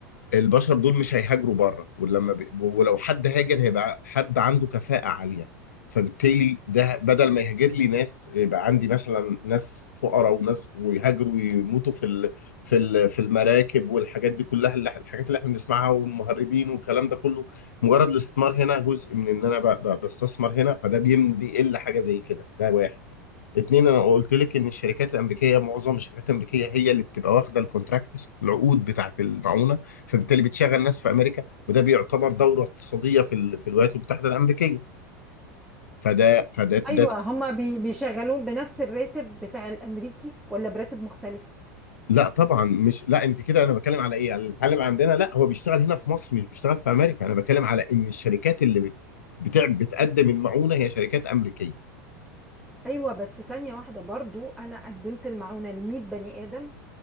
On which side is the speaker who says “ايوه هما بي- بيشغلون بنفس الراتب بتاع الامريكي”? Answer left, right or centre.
Centre